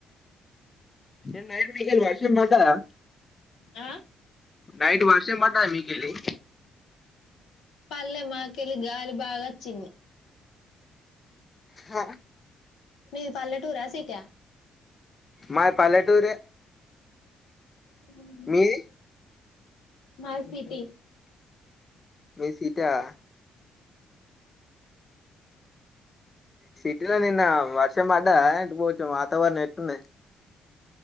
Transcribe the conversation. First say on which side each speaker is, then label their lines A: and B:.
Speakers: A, on the left; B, on the left.
A: నిన్న నైట్ మీకేళి వర్షం బడ్డదా
B: ఆ
A: నైట్ వర్షం బడ్డదా మీకేళి
B: పల్లె మాకేలీ గాలి బాగాచ్చింది
A: హా
B: మీది పల్లెటూరా సిటీ ఆ
A: మాది పల్లెటూరె
B: అవును
A: మీది
B: మాది సిటీ
A: మీదీ సిటీ ఆ సిటీల నిన్న వర్షం బాడ్డదా ఎంటి పోచ్చం వాతావరణం ఎటునాది